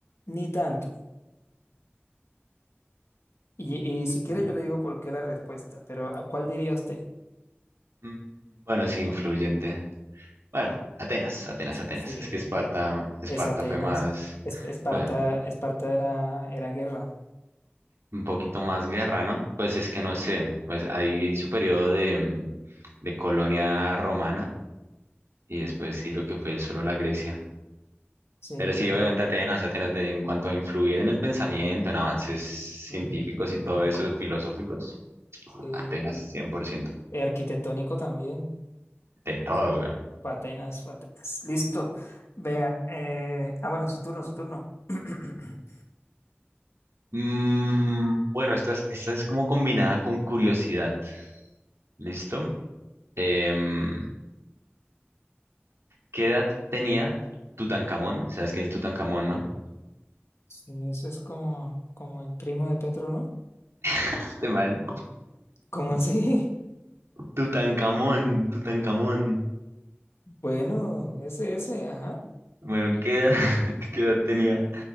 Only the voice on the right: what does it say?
Mm,
Mm, Bueno, sí, influyente. Bueno, Atenas, Atenas, Atenas.
Es que Esparta, Esparta
fue más,
fue
un poquito más guerra, ¿no? Pues es que no sé, pues ahí su periodo de, mm, de colonia romana y después sí lo que fue solo la Grecia.
Pero sí,
obviamente Atenas, Atenas de, en cuanto a influir en el pensamiento, en avances
científicos y todo eso, filosóficos,
Atenas cien por ciento
de todo,
güey.
Mm, bueno, esta es, esta es como combinada con curiosidad, ¿listo? Em, ¿qué edad tenía Tutankamón? ¿Sabes quién es Tutankamón, no?
<laughs> Este man.
Tutankamón, Tutankamón.
Bueno, ¿qué edad, <laughs> qué edad tenía,